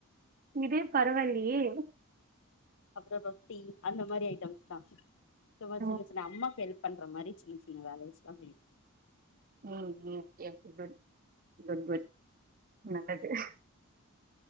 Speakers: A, on the right; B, on the left.
A: இதே பரவாயில்லையே
B: அப்புறம் ரொட்டி அந்த மாதிரி ஐட்டம்ஸ் தான் சும்மா
A: ம்
B: சொல்ல சொன்னன் அம்மா பேரு பண்ற மாதிரி சின்ன சின்ன வேலையெல்லாம் செய்யும்
A: உஹம் ே நல்லது <unintelligible>